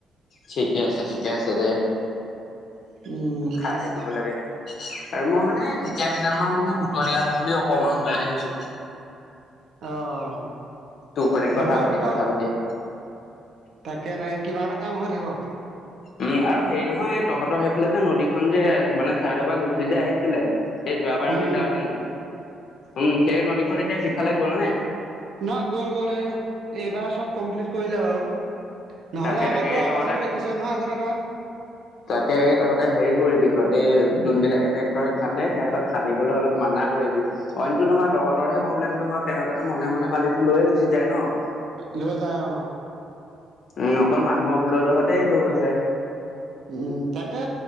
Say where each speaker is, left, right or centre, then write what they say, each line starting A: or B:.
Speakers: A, on the left (about 65°); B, on the right (about 65°).
A: ঠিকে আছে ঠিকে আছে দে
B: উম
A: খাই থাকিব লাগে, আৰু মই মানে ঢেকীয়া কেই দাল মান বোলো বুটলি আনো বুলি অকমান ওলাই আহিছো।
B: অ'
A: তোৰ সতে
B: বুটল
A: কথা পাতি
B: বুটল
A: কথা পাতি
B: তাকে তাকে কিবা এটা কাম হৈ থাকক।
A: উম আৰু হেৰি নহয় এ তহতৰ সেইফালে যে নদীখন যে মানে ছাইডৰ পৰা গুচি যে আহিছিলে সেই যোৱাবাৰ
B: উম
A: আমি যাওঁতেনে
B: উম
A: উম সেই নদীখন এতিয়া সিফালে গল নে
B: নহ গ'ল গ'ল এই এইবাৰ চব কমপ্লিট কৰিলে বাৰু। নহ'লে
A: তাকে
B: আমাৰতো
A: তাকে এই
B: অৱস্থাটো
A: তহঁতে
B: দেখিছই নহয় আগতে তই।
A: তাকে এই তহঁতে হেৰি কৰিবি হঁতে এই যোনবিলাক ট্ৰেক্টৰে খান্দে, সিহঁতক খান্দিবলৈ অলপ মানা কৰিবি। অইনটো নহয় তহঁতৰহে প্ৰব্লেমটো হয়। সিহঁতেতো মনে মনে বালিটো লৈয়ে গুচি যায় ন।
B: লৈ যায় অঁ।
A: উম অকল মানুহৰ ভুলৰ জহতে এইটো হৈছে।
B: উম তাকে